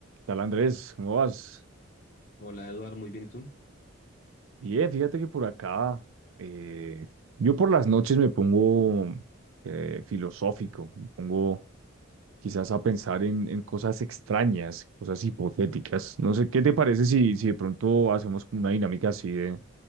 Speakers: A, on the right (about 75°); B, on the left (about 45°).
A: Tal Andrés, ¿cómo vas?
B: Hola Eduardo, muy bien, ¿y tú?
A: Bien, fíjate que por acá, eh, yo por las noches me pongo eh, filosófico, me pongo quizás a pensar en, en cosas extrañas, cosas hipotéticas. No sé, ¿qué te parece si, si de pronto hacemos como una dinámica así de,